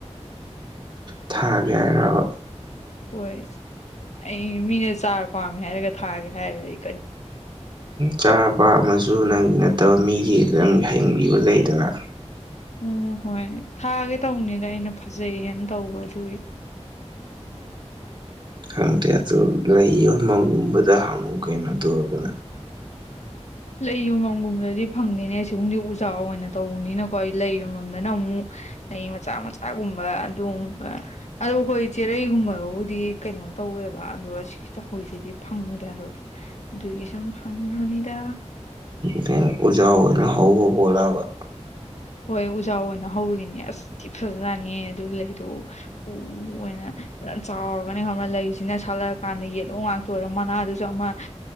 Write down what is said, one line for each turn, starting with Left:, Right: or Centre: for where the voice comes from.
Right: ꯊꯒꯦ ꯍꯥꯏꯔꯕ
Left: ꯍꯣꯏ ꯑꯩ ꯃꯤꯅ ꯆꯥꯔ ꯄꯥꯝꯃꯦ ꯍꯥꯏꯔꯒ ꯊꯥꯒꯦ ꯍꯥꯏꯔ ꯌꯦ
Right: ꯆꯥꫪ ꯄꯥꯝꯃꯁꯨ ꯅꯪꯒꯤ ꯅꯠꯇꯕ ꯃꯤꯒꯤ ꯅꯪ ꯍꯪꯕꯤꯕ ꯂꯩꯗꯅ
Left: ꯎꯝ‌‌ꯍꯣꯏ ꯊꯥꯒꯦ ꯇꯧꯕꯅꯤꯗ ꯑꯩꯅ ꯐꯖꯩꯌꯦꯅ ꯇꯧꯕ ꯑꯗꯨꯒꯤ <inaudible>
Right: ꯈꯪꯗꯦ ꯑꯗꯨ ꯂꯩꯌꯣꯃꯒꯨꯝꯕꯗ ꯍꯪꯉꯨ ꯀꯩꯅꯣ ꯑꯗꯨꯔꯒꯅ
Left: ꯂꯩ ꯌꯣꯝꯕꯝꯒꯨꯝꯕꯗꯗꯤ ꯐꯪꯗꯦꯅꯦ ꯁꯤꯒꯨꯝꯕꯗꯤ ꯎꯖꯥꯎ ꯑꯣꯏꯅ ꯇꯧꯕꯅꯤꯅꯀꯣ ꯑꯩ ꯂꯩ ꯌꯣꯝꯐꯝꯝꯗꯅ ꯑꯃꯨꯛ ꯑꯩ ꯃꯆꯥ ꯃꯆꯥꯒꯨꯝꯕ ꯑꯗꯨꯝꯕ ꯑꯗꯣ ꯍꯣꯏ ꯆꯦꯔꯩꯒꯨꯝꯕꯕꯨꯗꯤ ꯀꯩꯅꯣ ꯇꯧꯋꯦꯕ ꯑꯗꯣ ꯁꯤ ꯆꯈꯣꯏꯁꯤꯗꯤ ꯐꯪꯗꯦ ꯑꯗꯨꯒꯤ ꯁꯨꯝ ꯍꯪꯕꯅꯤꯗ
Right: ꯩꯀꯩꯅꫭ ꯎꯖꯥꯎ ꯑꯣꯏꯅ ꯍꯧꯕ ꯄꯣꯠꯂꯕ
Left: ꯍꯣꯏ ꯎꯖꯥ ꯑꯣꯏꯅ ꯍꯧꯔꯤꯅꯦ ꯑꯁ ꯊꯤ‌ ꯐꯖꯥꯖꯠꯅꯤ ꯑꯗꯨ ꯂꯩꯗꯣ ꯎ ꯑꯣꯏꯅ ꯆꯥꯎꯔꯒꯅꯦ ꯂꯩꯁꯤꯅ ꯁꯥꯠꯂꯛ ꯀꯥꯟꯗ ꯌꯦꯂꯣ ꯉꯥꯛꯇ ꯇꫭꯏꯔ ꯃꯅꯥꯗꯨꯖꯨ ꯑꯃ